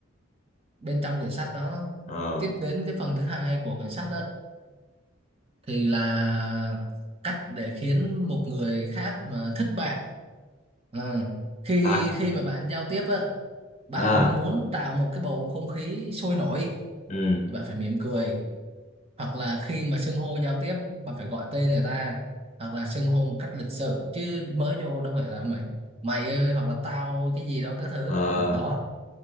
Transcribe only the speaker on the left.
ờ.
à,
à.
Ừ.
Ờ,